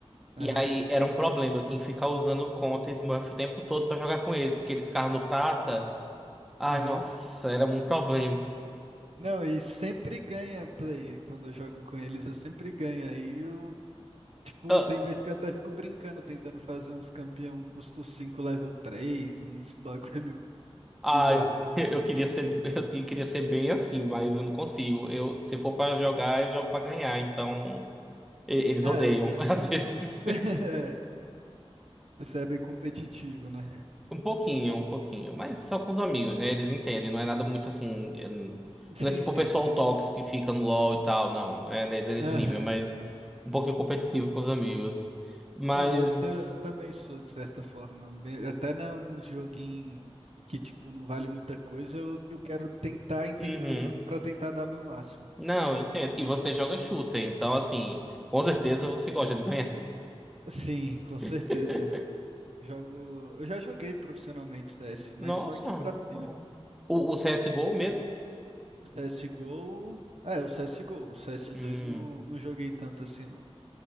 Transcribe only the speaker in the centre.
E aí era um problema, eu tinha que ficar usando conta Smurf o tempo todo pra jogar com eles, porque eles ficavam no prata. Ai,
nossa, era um problema.
Ah,
ah,
eu, <laughs> eu queria ser, eu te- queria ser bem assim, mas eu não consigo. Eu, se for pra jogar, eu jogo pra ganhar, então e- eles
odeiam
<laughs> às vezes.
Um pouquinho, um pouquinho, mas só com os amigos, né? Eles entendem, não é nada muito assim. eh,
Não é tipo
o pessoal
tóxico que fica no LoL e tal, não, não é ne- nesse
nível, mas um pouquinho competitivo com os amigos. Mas.
Uhum.
Não, entendo. E você joga shooter, então, assim, com certeza você gosta de ganhar.
<laughs>
Nossa.
O,
o CSGO mesmo?
Hum.